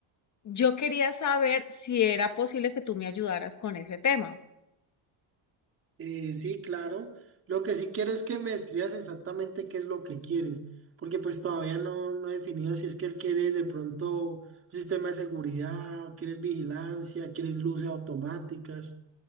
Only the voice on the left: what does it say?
yo quería saber si era posible que tú me ayudaras con ese tema.